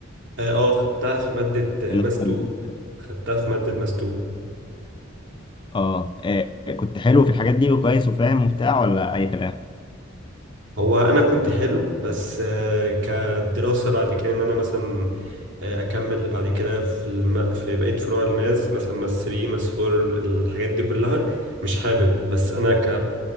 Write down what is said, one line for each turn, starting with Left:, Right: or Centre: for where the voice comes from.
Right: اه آه، خدتها في مادة آه،
Left: اللي
Right: ماس 2
Left: هو-
Right: خدتها في مادة ماس 2
Left: اه آه، كنت حلو في الحاجات دي وكويس وفاهم وبتاع ولا اي كلام
Right: هو انا كنت حلو بس آه، كدراسة بعد كده ان انا مثلا آه، اكمل بعد كده في الم... في بقية فروع الماس مثلا ماس 3 ماس 4 الحاجات دي كلها مش حابب بس انا ك...